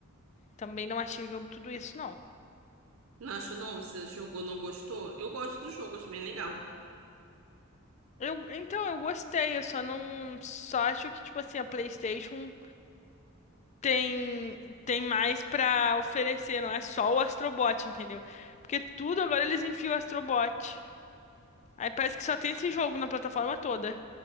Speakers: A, on the left; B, on the right.
A: também não achei o jogo tudo isso, não.
B: Não acho não, você jogou, não gostou? Eu gosto do jogo, acho bem legal.
A: Eu, então, eu gostei, eu só não, só acho que, tipo assim, a PlayStation tem, tem mais pra oferecer, não é só o Astrobot, entendeu? Porque tudo agora eles enfiam o Astrobot. Aí parece que só tem esse jogo na plataforma toda,